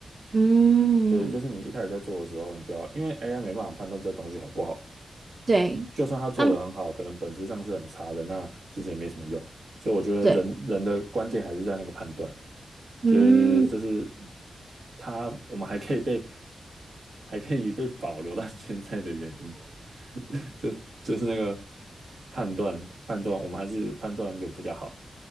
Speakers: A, on the right; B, on the right.
A: 嗯，
B: 对，就是你一开始在做的时候，你就要，因为 AI 没办法判断这东西好不好，
A: 对，
B: 就算他做的很好，
A: 他们
B: 可能本质上是很差的，那其实也没什么用。所以我觉得人人的关键还是在那个判断，
A: 对，嗯。
B: 就是这是他我们还可以被还可以被保留到 <laughs> 现在的原因，<laughs> 就就是那个判断判断，我们还是判断的比较好。